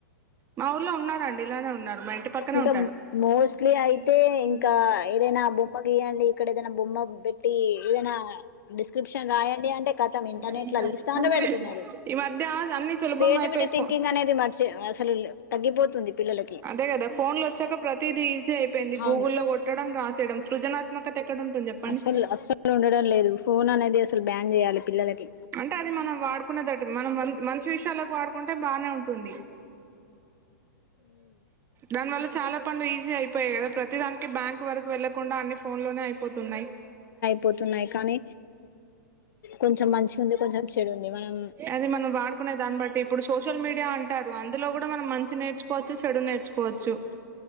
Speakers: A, on the right; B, on the left.
A: మా ఊర్లో ఉన్నారంండి ఇలానే ఉన్నారు మా ఇంటి పక్కనే
B: ఇంకా
A: ఉంటారు.
B: మోస్ట్లీ
A: అడి
B: అయితే ఇంకా
A: క
B: ఏదైనా బొమ్మ గీయండి ఇక్కడ ఏదైనా బొమ్మ పెట్టి ఏదైనా డిస్క్రిప్షన్ రాయండి అంటే కతం ఇంటర్నెట్
A: <unintelligible>
B: లో తీస్తానే పెడుతున్నారు
A: ఈ మధ్య అన్నీ సులభం
B: క్రియేటివిటీ
A: అయిపోయాయి
B: థింకింగ్
A: ఫోన్
B: అనేది మర్చి అసలు తగ్గిపోతుంది పిల్లలకి
A: అదే కదా ఫోన్లు వచ్చాక ప్రతి ప్రతిదీ ఈజీ అయిపోయింది గూగుల్లో
B: అవును
A: కొట్టడం రాసేయడం సృజనాత్మకత ఎక్కడ ఉంటుంది చెప్పండి.
B: అసలు అస్సలు ఉండడం లేదు ఫోన్ అనేది అసలు బ్యాన్ చేయాలి పిల్లలకి.
A: అంటే అది మనం వాడుకునేదట్టు మనం మంచి విషయాలకు వాడుకుంటే బానే ఉంటుంది. దానివల్ల చాలా పనులు ఈజీ అయిపోయాయి కదా. ప్రతి దానికి బ్యాంక్ వరకు వెళ్ళకున్ అన్ని ఫోన్ లోనే అయిపోతున్నాయి.
B: పోతున్నాయి కానీ. కొంచెం మంచి ఉంది కొంచెం చెడు ఉంది మనం
A: అది మనం వాడుకునే దాన్ని బట్టి ఇప్పుడు సోషల్ మీడియా అంటారు. అందులో కూడా మనం మంచి నేర్చుకోవచ్చు చెడు నేర్చుకోవచ్చు.